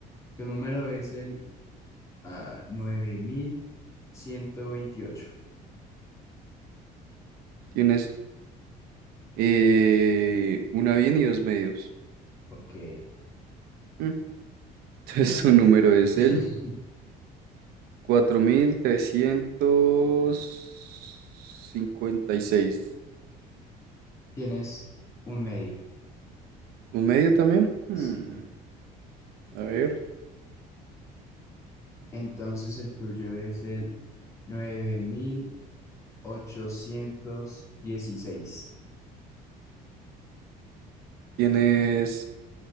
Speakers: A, on the left; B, on the right.
A: tu número es el ah, nueve mil ciento veintiocho.
B: tienes eh, una bien y dos medios.
A: Ok.
B: Mm. Entonces tu número es
A: <laughs>
B: el cuatro mil trescientos cincuenta y seis
A: Tienes un medio,
B: ¿Un medio también? Mm,
A: sí.
B: A ver,
A: Entonces el tuyo es el nueve mil ochocientos dieciséis,
B: tienes